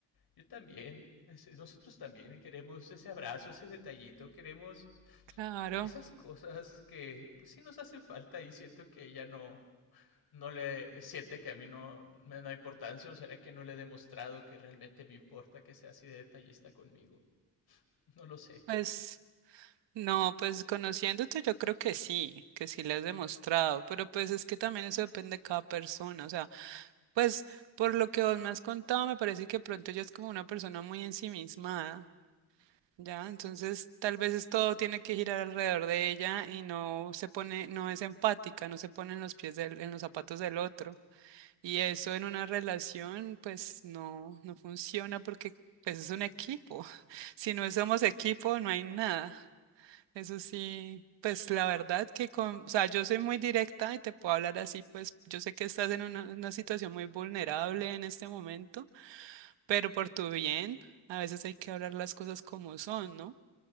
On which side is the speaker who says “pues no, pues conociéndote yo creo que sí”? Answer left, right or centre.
Right